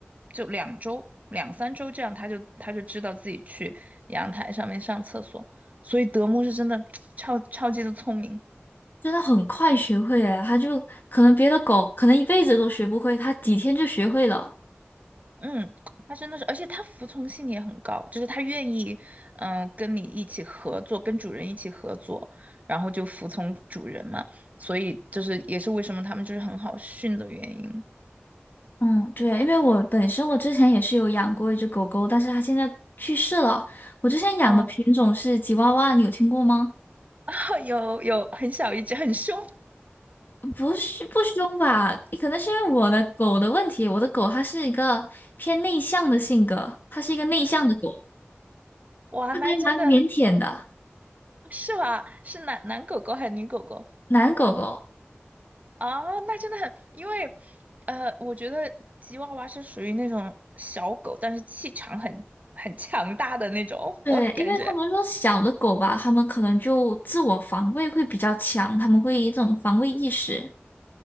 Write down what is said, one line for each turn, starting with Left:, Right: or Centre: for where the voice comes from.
Right: 就两周、两三周这样，他就他就知道自己去阳台上面上厕所。所以德牧是真的 <tsk> 超超级的聪明，
Left: 真的很快学会哎，它就可能别的狗可能一辈子都学不会，它几天就学会了。
Right: 嗯，他真的是，而且他服从性也很高，就是他愿意，嗯、跟你一起合作，跟主人一起合作，然后就服从主人嘛。所以就是也是为什么他们就是很好训的原因。
Left: 嗯，对，因为我本身我之前也是有养过一只狗狗，但是它现在去世了。我之前养的品种是吉娃娃，
Right: 嗯，
Left: 你有听过吗？
Right: <laughs> 有有很小一只，很凶，
Left: 不是不凶吧？可能是因为我的狗的问题，我的狗它是一个偏内向的性格，它是一个内向的狗，
Right: 哇，
Left: 它还蛮腼腆的，
Right: 那真的是吧？是男男狗狗还是女狗狗？
Left: 男狗狗。
Right: 啊，那真的很，因为，呃，我觉得吉娃娃是属于那种小狗，但是气场很很强大的那种，
Left: 对，
Right: <laughs> 我感觉
Left: 因为他们说小的狗吧，他们可能就自我防卫会比较强，他们会有一种防卫意识。